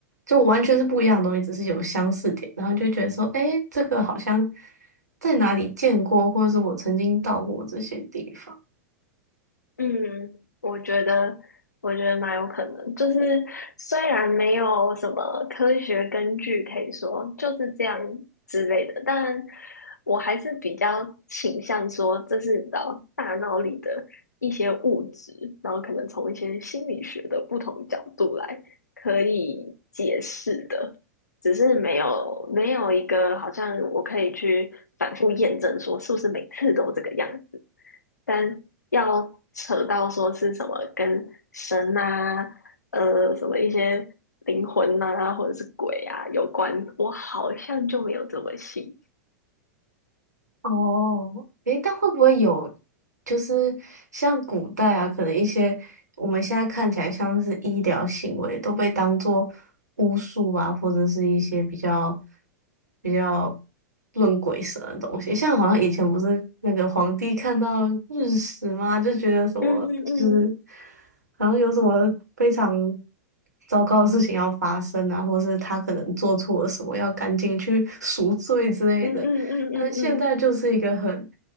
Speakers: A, on the right; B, on the left.
A: 就完全是不一样的东西，只是有相似点，然后就觉得说，诶，这个好像在哪里见过，或者是我曾经到过这些地方。
B: 嗯，我觉得，我觉得蛮有可能，就是虽然没有什么科学根据可以说就是这样之类的，但我还是比较倾向说这是你知道大脑里的一些物质，然后可能从一些心理学的不同角度来可以解释的，只是没有没有一个好像我可以去反复验证说是不是每次都这个样，但要扯到说是什么跟神啊，呃，什么一些灵魂呐、啊，或者是鬼啊有关，我好像就没有这么信。
A: 哦，诶，但会不会有，就是像古代啊，可能一些我们现在看起来像是医疗行为，都被当做巫术啊，或者是一些比较比较论鬼神的东西。像好像以前不是那个皇帝看到日食吗，就觉得什么就是
B: 嗯嗯嗯
A: 好像有什么非常糟糕的事情要发生啊，或者是他可能做错了什么，要赶紧去赎罪之类的。
B: 嗯嗯嗯嗯嗯。
A: 但现在就是一个很
B: 嗯